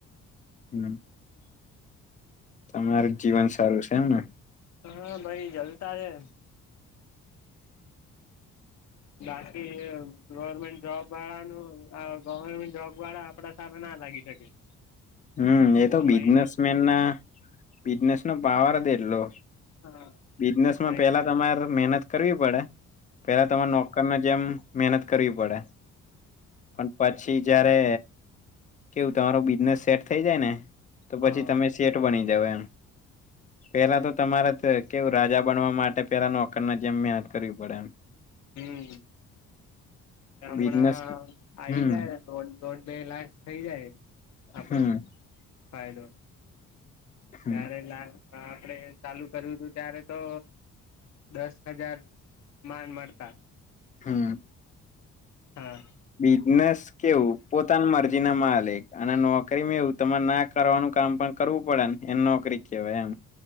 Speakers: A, on the left; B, on the left.
A: હમ તમારું જીવન સારું છે એમને.
B: હા ભાઈ જલસા છે. બાકી ગવર્મેન્ટ જોબ વાળા નુ આ ગવર્મેન્ટ જોબ વાળા આપડા સામે ના લાગી શકે
A: હમ એ તો બિઝનેસ
B: મહિના
A: મેન ના બિઝનેસ નો પાવર જ એટલો
B: હા
A: બિઝનેસમાં
B: હા
A: પહેલા તમારે મહેનત કરવી પડે પહેલા તમારે નોકર ના જેમ મહેનત કરવી પડે પણ પછી પછ જયારે કેવું તમારું બિઝનેસ સેટ થઈ જાય ને તો
B: હા
A: પછી તમે સેઠ બની જાઓ એમ પેહલા તો તમારે કેવું રાજા બનવા માટે પેહલા નોકર ના જેમ મહેનત કરવી પડે એમ
B: હમ કે હમણાં
A: બિઝનેસ
B: આવી
A: હમ
B: જાય દોઢ દોઢ બે લાખ થઇ જાય આપડો
A: હમ
B: ફાયદો
A: હમ
B: જ્યારે લા આપડે ચાલુ કર્યું હતું ત્યારે તો દસ હજાર માંડ મળતા
A: હમ
B: હા
A: બિજનેસ કેવું પોતાની મરજી ના માલિક અને નોકરી મેવું તમારે ના કરવાનું કામ પણ કરવું પડે એને નોકરી કેહવાય એમ